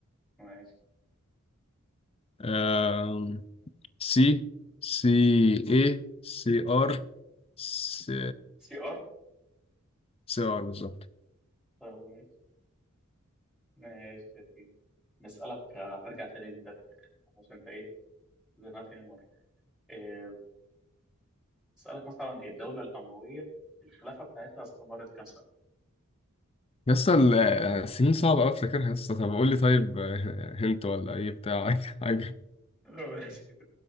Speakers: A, in the centre; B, on the left.
A: ماشي
B: آه. سي سي اي سي ار سي
A: سي ار
B: سي ار بالظبط
A: طب ماشي ماشي يا سيدي نسألك آه، هرجع تاني للتاريخ عشان انت ايه زنقتني مرة آه، اسالك مثلا ايه الدوله الامويه الخلافه بتاعتها استمرت كام سنه
B: يسطا السنين صعبة أوي أفتكرها يسطا طب قول لي طيب آه، هنت ولا أي بتاع <laughs> أي حاجة
A: <laughs> ماشي